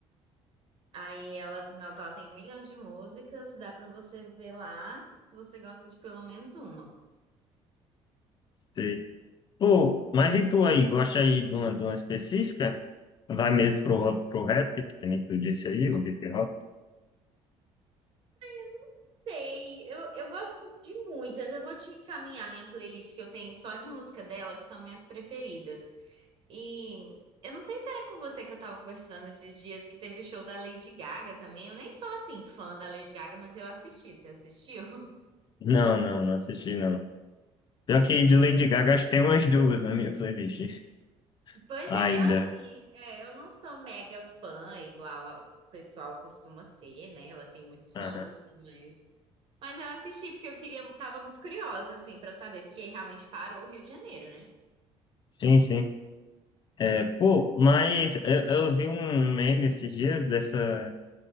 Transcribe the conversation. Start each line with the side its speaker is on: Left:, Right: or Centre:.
Right: Aí ela, nossa, ela tem um milhão de músicas, dá para você ver lá se você gosta de pelo menos uma.
Left: sei. Pô, mas e tu aí? Gosta aí
Right: Eu
Left: de uma, de uma específica? Vai mesmo pro, pro rap, que também tu disse aí, o hip hop?
Right: Não sei, eu, eu gosto de muitas. Eu vou te encaminhar minha playlist que eu tenho só de música dela, que são minhas preferidas. E eu não sei se era com você que eu tava conversando esses dias que teve o show da Lady Gaga também. Eu nem sou assim fã da Lady Gaga, mas eu assisti. Você assistiu? <laughs>
Left: Não, não, não assisti não. Pior que de
Right: Pois
Left: Lady Gaga, acho que tem umas duas na minha playlist
Right: pois
Left: ainda.
Right: é, eu assim, é, eu não sou mega fã igual a- o pessoal costuma ser, né? Ela tem muitos fãs
Left: Aham.
Right: assim, mas mas eu assisti porque eu queria, tava muito curiosa assim pra saber, porque realmente parou o Rio de Janeiro, né?
Left: Sim, sim. É, pô, mas eu, eu vi um meme esses dias dessa,